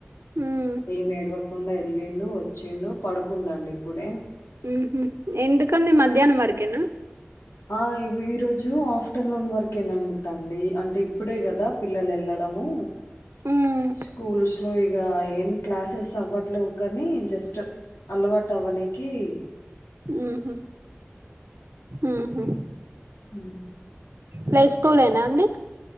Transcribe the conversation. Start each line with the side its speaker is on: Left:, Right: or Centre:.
Right: మ్మ్
Left: ఏం ఏడవకుండా ఎళ్ళిండు వచ్చిండు పడుకుండండి ఇప్పుడే
Right: ఊహు ఎందుకండీ మధ్యాహ్నం వరకేనా
Left: ఆ ఈ రోజు ఆఫ్టర్నూన్ వరకే నన్ టండి అంటే ఇప్పుడే కదా పిల్లల్ ఎల్లడము
Right: మ్మ్
Left: స్కూల్స్ లో ఇగ ఏం క్లాసెస్ అవ్వట్లేవు కానీ జస్ట్ అలవాటవనీకి
Right: ఊహు ఊహు
Left: ఊ
Right: ప్లే స్కూల్ లేనా అండి